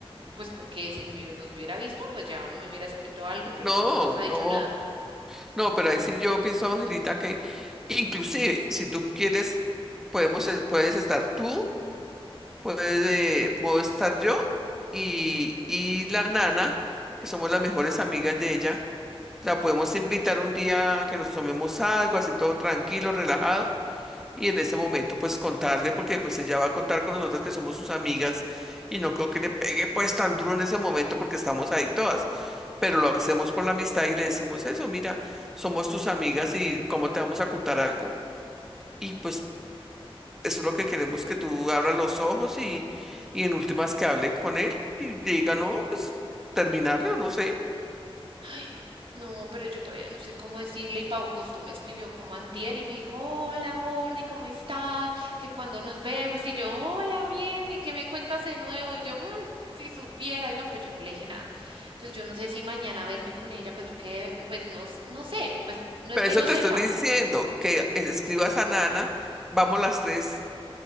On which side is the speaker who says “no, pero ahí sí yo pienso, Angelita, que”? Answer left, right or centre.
Centre